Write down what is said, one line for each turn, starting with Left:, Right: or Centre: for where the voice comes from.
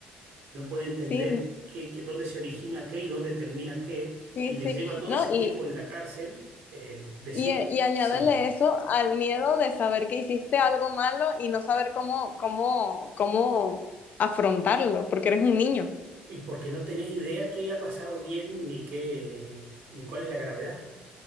Right: no puede entender
Left: Sí,
Right: qué, qué- dónde se origina qué y dónde termina qué,
Left: sí,
Right: y le
Left: sí.
Right: lleva todo
Left: No,
Right: ese tiempo
Left: y,
Right: en la cárcel eh, decir
Left: y, y añádele
Right: sí.
Left: eso al miedo de saber que hiciste algo malo y no saber cómo, cómo, cómo afrontarlo, porque eres un niño.
Right: Y porque no tenés idea qué ha pasado bien ni qué, ni cuál es la gravedad.